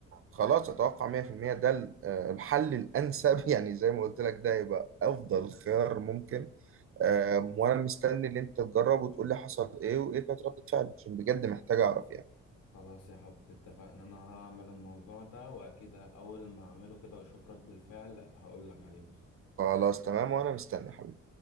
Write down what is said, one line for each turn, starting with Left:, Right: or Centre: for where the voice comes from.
Right: خلاص اتوقع 100% ده ال- آه، الحل الانسب <laughs> يعني زي ما قلت لك ده يبقى افضل خيار ممكن آم، وانا مستني اللي انت تجرب وتقول لي حصل ايه وايه كانت ردة فعلك عشان بجد محتاج اعرف يعني
Left: خلاص يا حب اتفقنا انا هعمل الموضوع ده واكيد اول ما اعمله كده واشوف رد الفعل هقول لك عليه بس
Right: خلاص تمام وانا مستني حبيبي